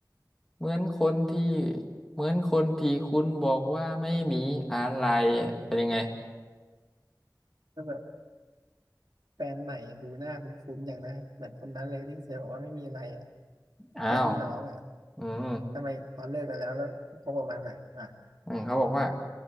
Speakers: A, in the centre; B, on the right (about 65°).
A: เหมือนคนที่เหมือนคนที่คุณบอกว่าไม่มีอะไรอ่ะเป็นยังไง
B: ก็แบบแฟนใหม่ดูหน้าคุ้นๆอย่างนะเหมือนคนนั้นเลยที่เธอบอกว่าไม่มีอะไรอ่ะ
A: อ้าว
B: แค่พี่น้องอ่ะ
A: อืม
B: ทำไมพอเลิกกันแล้วแล้วคบกับมันอ่ะอ่ะ
A: อืมเขาบอกว่า